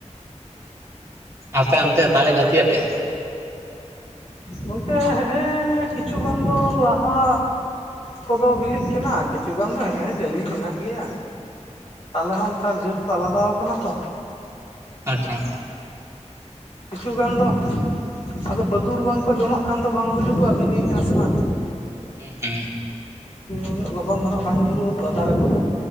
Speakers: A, on the right; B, on the left.
A: ᱟᱯᱮ ᱚᱱᱛᱮ ᱛᱟᱞᱮ ᱵᱷᱟᱹᱛᱤᱭᱟᱯᱮ
B: ᱜᱚᱝᱠᱮ ᱦᱮᱸᱼᱮ ᱠᱤᱪᱷᱩ ᱜᱟᱱ ᱫᱚ ᱞᱟᱦᱟ ᱠᱚᱫᱚ ᱵᱤᱞᱤᱜ ᱠᱟᱱᱟ ᱠᱤᱪᱷᱩ ᱜᱟᱱ ᱫᱚ ᱦᱮᱸ ᱮ ᱡᱟᱹᱞᱤ ᱢᱮᱱᱟᱜ ᱜᱮᱭᱟ ᱛᱟᱞᱮ ᱦᱚᱸ ᱱᱮᱛᱟᱨ ᱡᱟᱹᱛ ᱠᱚ ᱟᱞᱟᱫᱟᱣ ᱠᱟᱱᱟ ᱛᱚ
A: ᱟᱪᱪᱷᱟ
B: ᱠᱤᱪᱷᱩ ᱜᱟᱱ ᱫᱚ ᱟᱫᱚ ᱵᱟᱹᱫᱩᱲ ᱵᱟᱝᱠᱚ ᱡᱚᱢᱟᱜ ᱠᱷᱟᱱ ᱫᱚ ᱵᱟᱝ ᱵᱩᱡᱩᱜᱼᱟ ᱵᱤᱞᱤᱭ ᱠᱟᱱᱟ ᱥᱮ ᱵᱟᱝ
A: ᱦᱮᱸ ᱦᱩᱸ
B: ᱩᱱᱟᱹᱜ ᱞᱚᱜᱚᱱ ᱫᱚ ᱱᱟᱜ ᱵᱟᱝ ᱧᱩᱨᱩᱦᱩ ᱦᱚᱫᱚᱜᱼᱟ ᱫᱟᱨᱮ ᱠᱷᱚᱱ